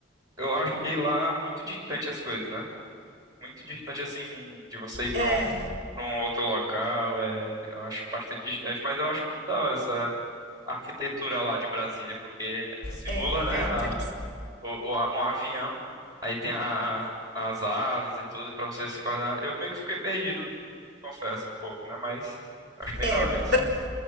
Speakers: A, on the right; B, on the right.
A: eu achei lá muito distante as coisas, né? muito distante assim de você ir para
B: É,
A: um, pra um outro local, é, eu acho bastante distante, mas eu acho muito da hora essa arquitetura lá de Brasília, porque simula,
B: é,
A: né,
B: é
A: a,
B: interessante.
A: o, o- a- um avião, aí tem a, as asas e tudo, para você se coordenar. Eu meio que fiquei perdido, confesso um pouco, né, mas acho bem
B: É,
A: da hora isso.
B: Bra-